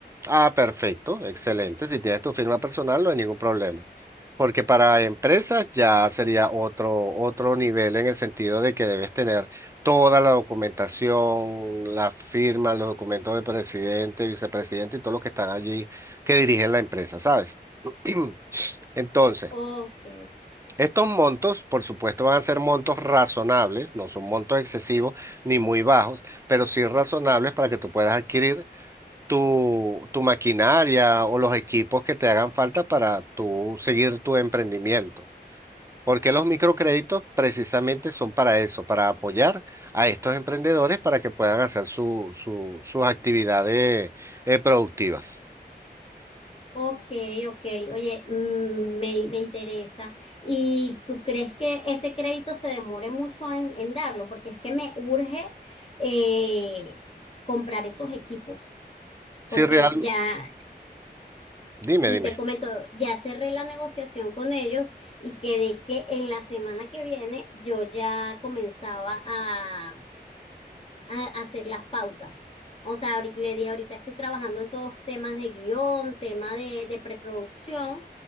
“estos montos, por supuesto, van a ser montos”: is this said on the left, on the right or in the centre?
Right